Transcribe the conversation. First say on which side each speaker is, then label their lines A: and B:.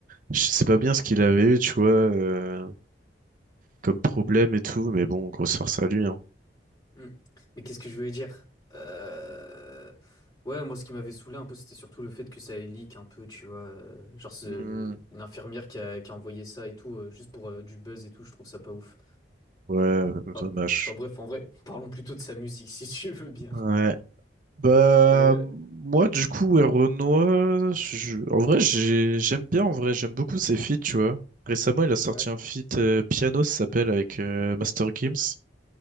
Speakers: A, on the right; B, on the left.
A: Je sais pas bien ce qu'il avait eu, tu vois, euh, comme problème et tout, mais bon, grosse force à lui, hein.
B: Mm. Mais qu'est-ce que je voulais dire? Euh, Ouais, moi, ce qui m'avait saoulé un peu, c'était surtout le fait que ça ait leak un peu, tu vois. euh, Genre, ce...
A: Hmm.
B: une infirmière qui a, qui a envoyé ça et tout, euh, juste pour euh, du buzz et tout, je trouve ça pas ouf.
A: Ouais, euh,
B: Enfin,
A: dommage.
B: enfin, bref, en vrai, parlons plutôt de sa musique, <laughs> si tu veux bien.
A: Ouais. Bah,
B: Euh...
A: moi, du coup, Werenoi, je- en vrai, j'ai- j'aime bien, en vrai, j'aime beaucoup ses feats, tu vois. Récemment, il a sorti
B: Ouais.
A: un feat euh, piano, ça s'appelle, avec euh, Master Gims.